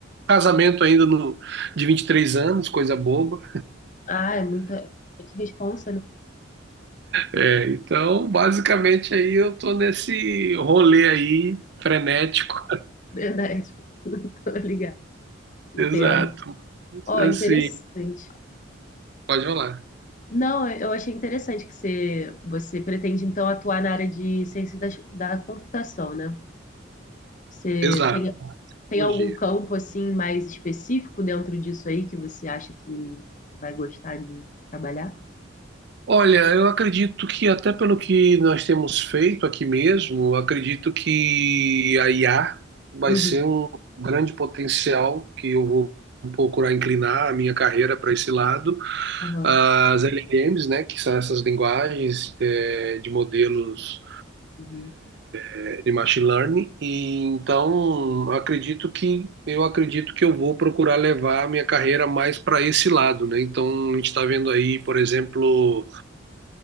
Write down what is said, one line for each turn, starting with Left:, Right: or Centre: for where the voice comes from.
Right: casamento ainda no, de 23 anos, coisa boba.
Left: Ah, é muita é muita responsa, né?
Right: É, então, basicamente aí eu tô nesse rolê aí frenético.
Left: Verdade. <laughs> Tô ligada. Entendo.
Right: Exato.
Left: Ó,
Right: Assim,
Left: interessante.
Right: pode rolar.
Left: Não, eu achei interessante que você, você pretende, então, atuar na área de ciência da, da computação, né? Você
Right: Exato,
Left: tem,
Right: tecnologia.
Left: tem algum campo, assim, mais específico dentro disso aí que você acha que vai gostar de trabalhar?
Right: Olha, eu acredito que até pelo que nós temos feito aqui mesmo, eu acredito que a IA vai
Left: Uhum,
Right: ser um grande potencial que eu vou procurar inclinar a minha carreira para esse lado.
Left: aham,
Right: As LLMs, né, que são essas linguagens eh, de modelos
Left: uhum,
Right: é, de machine learning. E então, acredito que eu acredito que eu vou procurar levar a minha carreira mais para esse lado, né? Então, a gente está vendo aí, por exemplo,